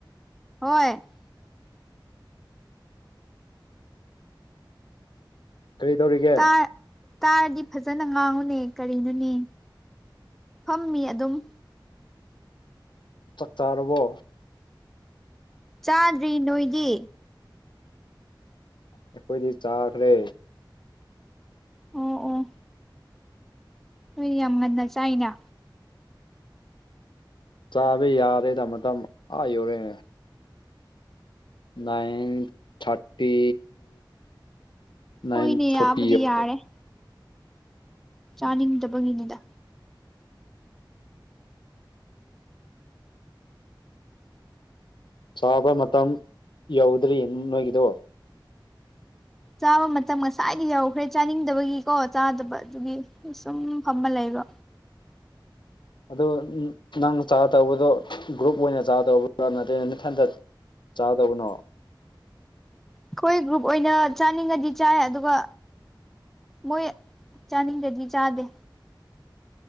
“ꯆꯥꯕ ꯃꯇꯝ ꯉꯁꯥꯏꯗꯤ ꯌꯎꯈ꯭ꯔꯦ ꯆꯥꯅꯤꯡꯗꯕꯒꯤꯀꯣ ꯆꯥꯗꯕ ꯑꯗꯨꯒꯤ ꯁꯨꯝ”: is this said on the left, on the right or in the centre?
Centre